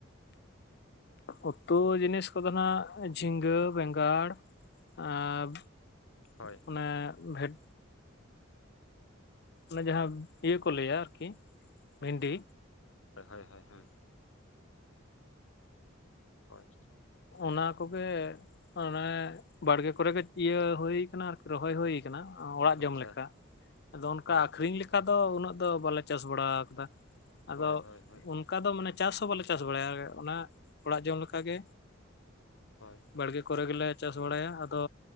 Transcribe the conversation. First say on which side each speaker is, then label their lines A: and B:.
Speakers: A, on the left; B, on the left.
A: ᱩᱛᱩ ᱡᱤᱱᱤᱥ ᱠᱚᱫᱚ ᱱᱟᱜ ᱡᱷᱤᱸᱜᱟᱹ, ᱵᱮᱸᱜᱟᱲ ᱟᱨ
B: ᱦᱳᱭ
A: ᱢᱟᱱᱮ ᱵᱷᱮᱫ ᱚᱱᱮ ᱡᱟᱦᱟᱸ ᱤᱭᱟᱹ ᱠᱚ ᱞᱟᱹᱭᱟ ᱟᱨᱠᱤ ᱵᱷᱮᱱᱰᱤ
B: ᱦᱳᱭ ᱦᱳᱭ ᱦᱳᱭ ᱦᱮᱸ ᱦᱳᱭ
A: ᱚᱱᱟ ᱠᱚᱜᱮ ᱚᱱᱮ ᱵᱟᱲᱜᱮ ᱠᱚᱨᱮᱜ ᱤᱭᱟᱹ ᱦᱩᱭ ᱠᱟᱱᱟ ᱟᱨᱠᱤ ᱨᱚᱦᱚᱭ ᱦᱩᱭ ᱟᱠᱟᱱᱟ ᱚᱲᱟᱜ
B: ᱟᱪᱪᱷᱟ
A: ᱡᱚᱢ ᱞᱮᱠᱟ ᱟᱫᱚ ᱚᱱᱠᱟ
B: ᱦᱳᱭ
A: ᱟᱠᱷᱨᱤᱧ
B: ᱦᱳᱭ
A: ᱚᱱᱠᱟ ᱫᱚ ᱩᱱᱟᱹᱜ ᱫᱚ ᱵᱟᱞᱮ ᱪᱟᱥ ᱵᱟᱲᱟ ᱟᱠᱟᱫᱟ ᱟᱫᱚ
B: ᱦᱳᱭ ᱦᱳᱭ ᱦᱳᱭ
A: ᱩᱱ ᱠᱟ ᱫᱚ ᱢᱟᱱᱮ ᱪᱟᱥ ᱦᱚᱸ ᱵᱟᱞᱮ ᱪᱟᱥ ᱵᱟᱲᱟᱭᱟ ᱚᱱᱟ ᱚᱲᱟᱜ ᱡᱚᱢ ᱞᱮᱠᱟᱜᱮ
B: ᱦᱳᱭ ᱦᱳᱭ
A: ᱵᱟᱲᱜᱮ ᱠᱚᱨᱮ ᱜᱮᱞᱮ ᱪᱟᱥ ᱵᱟᱲᱟᱭᱟ, ᱟᱫᱚ